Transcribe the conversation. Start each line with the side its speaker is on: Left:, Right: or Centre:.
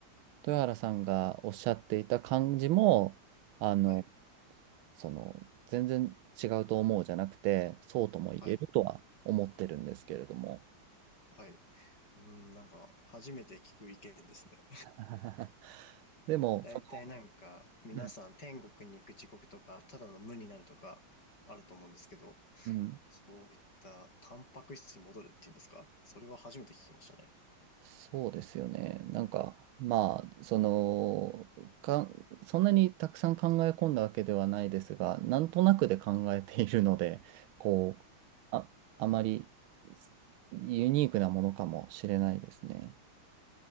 Right: 豊原さんがおっしゃっていた感じも、あの、
Left: はい、
Right: その、全然違うと思うじゃなくて、そうとも言えるとは思ってるんですけれども。
Left: はい、はい。うーん、なんか、初めて聞く意見ですね。
Right: <laughs> でも、
Left: だいたいなんか、
Right: その、
Left: 皆さん天国に行く時刻とか、
Right: う
Left: ただの無になるとか、あると思うんですけど、
Right: ん、うん
Left: そういったタンパク質に戻るっていうんですかそれは初めて聞きましたね。
Right: そうですよね。なんか、まあ、その、か、そんなにたくさん考え込んだわけではないですが、なんとなくで考えているので、こう、あ、あまりユニークなものかもしれないですね。